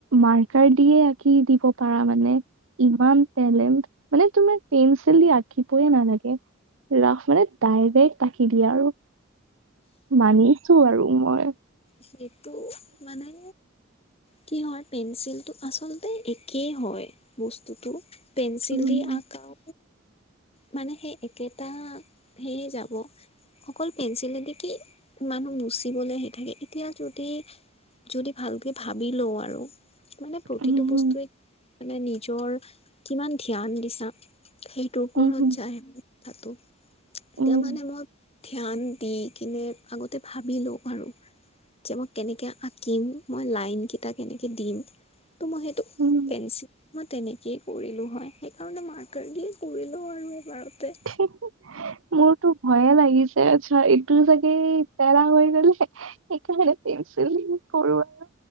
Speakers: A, on the right; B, on the left.
A: মাৰ্কাৰ দিয়ে। আঁকি দিব পাৰা মানে ইমান টেলেণ্ট মানে তোমাৰ পেঞ্চিল দি আঁকিবইে নালাগে। ৰাস মানে ডাইৰেক্ট তাকি দিয়ে আৰু মানিছো আৰু মই
B: সেইটো মানে কি হয়। পেঞ্চিলটো আচলতে একেই হয়। বস্তুটো পেন্ঞ্চিল
A: উম,
B: দি আঁকা আও মানে সেই একেটা সেয়ে যাব। অকল পেঞ্চিলে কি মানুহ গুচিবলৈ আহি থাকে। এতিয়া যদি যদি ভালকৈ ভাবি লওঁ আৰু মানে প্ৰতিটো
A: উম,
B: বস্তুৱে মানে নিজৰ কিমান ধ্যান দিছা সেই টোৰ ঘৰত
A: উম,
B: যায়। মাতো তেতিয়া
A: উম,
B: মানে মই ধ্যান দি কিনে আগতে ভাবি লওঁ আৰু যে মই কেনেকৈ আঁকিম মই লাইনকেইটা কেনেকৈ দিম ত' মই সেইটো
A: উম',
B: পেঞ্চিল মই তেনেকেই কৰিলোঁ হয়। সেইকাৰণে মাৰ্কাৰ দিয়ে কৰিলোঁ আৰু এবাৰতে
A: ঠিক মোৰতো ভয়ে লাগিছে, চ এইটো চাগে পেৰা হৈ গলে। সেইকাৰণে পেঞ্চিল কৰোৱা